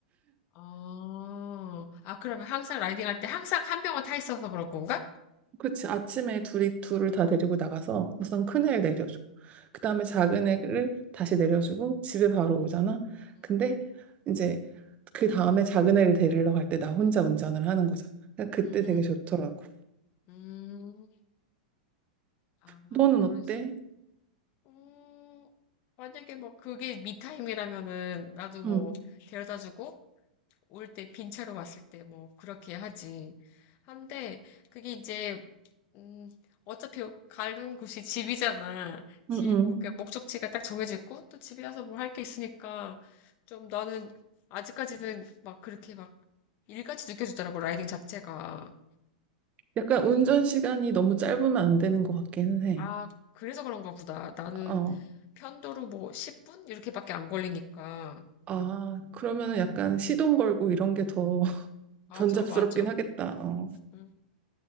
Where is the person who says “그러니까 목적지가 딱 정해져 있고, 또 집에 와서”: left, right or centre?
Left